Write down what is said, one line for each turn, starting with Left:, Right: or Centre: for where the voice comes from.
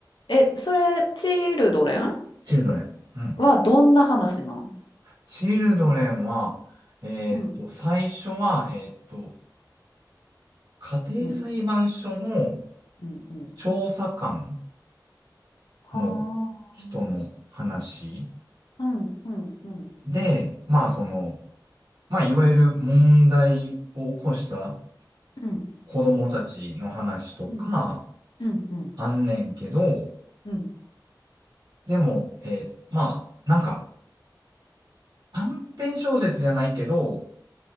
Left: えそれチルドレン
Right: チルドレン。うん。
Left: はどんな話なん？
Right: チルドレンは、えーっと、
Left: うん
Right: 最初は、えーっと、家庭裁判所の
Left: うんうんうん。
Right: 調査官
Left: はあ。
Right: の人の話
Left: うんうんうん
Right: で、まあその、まあいわゆる問題を起こした
Left: うん
Right: 子供たちの話とか、
Left: うんうんうん
Right: あんねんけど、
Left: うん。
Right: でも、えーまあ、なんか短編小説じゃないけど、